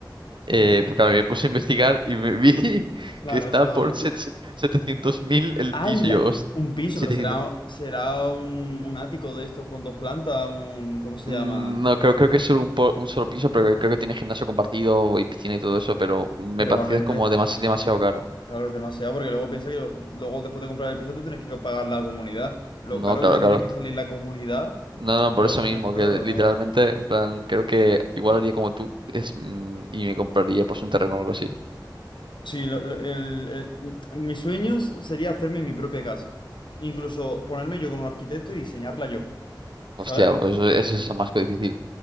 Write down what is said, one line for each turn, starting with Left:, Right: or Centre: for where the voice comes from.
Right: Eh,
Left: Ujú.
Right: pues claro, me puse a investigar y me vi <laughs>
Left: Claro,
Right: que está
Left: eso.
Right: por 700
Left: es-
Right: mil el
Left: ¡Hala!
Right: piso. Y Yo, "Host-
Left: Un piso,
Right: 700".
Left: pero será, será un, un ático de estos con dos plantas, un. ¿Cómo se
Right: Mm,
Left: llama?
Right: No, creo, creo que es solo un, po- un solo piso, pero creo que tiene gimnasio compartido y piscina y todo eso, pero me
Left: Pero
Right: parecía
Left: igualmente,
Right: como demasi- demasiado caro.
Left: claro, es demasiado, porque luego piensa que lo- luego después de comprar el piso tú tienes que pagar la comunidad. Lo
Right: No,
Left: caro
Right: claro,
Left: que te tiene
Right: claro.
Left: que
Right: t-
Left: salir la comunidad
Right: No, no, por
Left: por
Right: eso
Left: el gimnasio
Right: mismo,
Left: y todo,
Right: que literalmente,
Left: no.
Right: en plan, creo que igual haría como tú es, mm, y me compraría pues un terreno o algo así.
Left: Sí, lo- lo- el- el- mi- mis sueños sería hacerme mi propia casa. Incluso ponerme yo con un arquitecto y diseñarla yo,
Right: Hostia,
Left: ¿sabes?
Right: pues eso, eso es más que difícil.